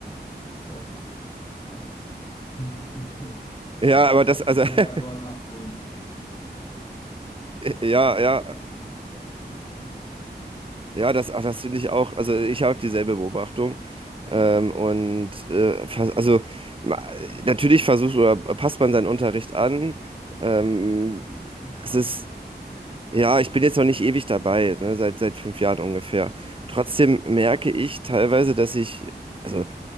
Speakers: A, on the left (about 30°); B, on the right (about 30°).
A: So, genau. <laughs>
B: Ja,
A: Die,
B: aber
A: die, also
B: das, also,
A: die Kinder dort
B: <laughs>
A: abholen, wo sie stehen, quasi. Und
B: ja,
A: das ist
B: ja,
A: nun mal, das ist diese Welt. Ja. Hm,
B: ja, das, ach, das finde ich auch, also ich habe dieselbe Beobachtung.
A: hm.
B: Ähm, und äh, vers- also ma- natürlich versucht oder passt man seinen Unterricht an. Ähm,
A: Geht nur Teil,
B: es ist
A: natürlich, ja.
B: Ja, ich bin jetzt noch nicht ewig dabei, ne, seit, seit fünf Jahren ungefähr. Trotzdem merke ich teilweise, dass ich, also äh,